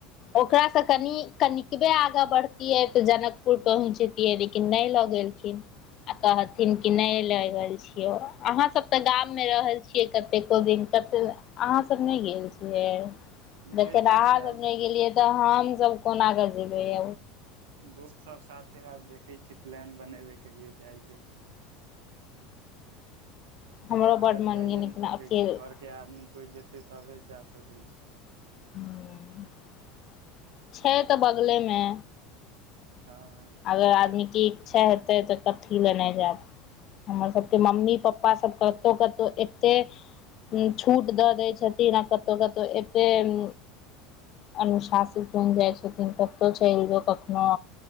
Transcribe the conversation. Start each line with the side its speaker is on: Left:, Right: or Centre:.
Left: ओकरासँ कनि कनिकबे आगा बढ़तियै तऽ जनकपुर पहुँचतियै लेकिन नय लऽ गेलखिन आ कहथिन कि नय लय गेल छियो अहां सब ते गाम मे रहल छी छियै कतेको दिन कतेक अहाँ सब नय गेल छियै देखे
Right: देखै
Left: अहाँ
Right: छियै
Left: सब
Right: आब
Left: नय गेलियै तऽ हम सब कोना के जेबैय
Right: दोस्त सब साथे आब देखै छीयै प्लान बनेबे कहियो जाय के
Left: हमरो
Right: ओना
Left: बड्ड
Right: तऽ
Left: मन
Right: जाइए
Left: गेल लेकिन
Right: नय सकै
Left: अकेले
Right: छी घरके आदमी कोइ जेतै तबे जा सकै छी
Left: <inaudible> छै तऽ बगलेमे
Right: हँ
Left: अगर आदमीके इच्छा हेतै तऽ कथी लए नै जायब हमर सबके मम्मी पप्पा सब कतौ कतौ एते छूट दऽ दै छथिन आ कतहु कतहु एतेक अनुशासित बैन जाय छथिन कतौ चैल जो कखनो